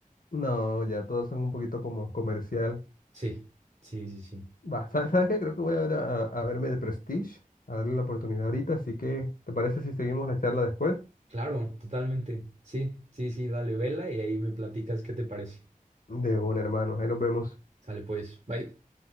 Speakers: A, on the left; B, on the right.
A: No, ya todos son un poquito como comercial.
B: Sí, sí, sí, sí.
A: Va, ¿sabes, sabes qué? Creo que voy a ver a, a verme de Prestige, a darle la oportunidad ahorita, así que, ¿te parece si seguimos la charla después?
B: Claro, totalmente. Sí, sí, sí, dale vela y ahí me platicas qué te parece.
A: De un hermano, ahí nos vemos.
B: Sale pues. Bye.